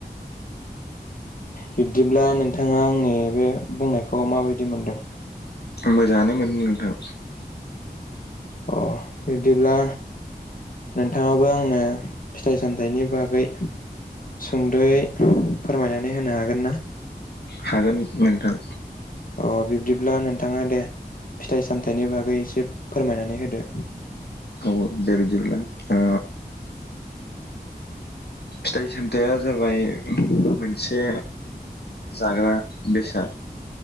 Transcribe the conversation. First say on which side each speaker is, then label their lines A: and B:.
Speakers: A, on the left; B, on the left.
A: बिब्दिब्ला नोंथाङा आंनि बे बुंनायखौ माबायदि मोनदों?
B: मोजाङानो मोनो नोंथां।
A: अ बिबदिब्ला नोंथाङाबो आंनो फिथाइ सामथाइनि बागै सुंद'यै फोरमायनानै होनो हागोन ना?
B: हागोन नोंथां।
A: अ बिब्दिब्ला नोंथाङा दे फिथाइ सामथायाइनि बागै एसे फोरमायनानै होदो
B: औ दे बिदिब्ला ओ फिथाइ सामथायाइा जाबाय मोनसे जाग्रा बेसाद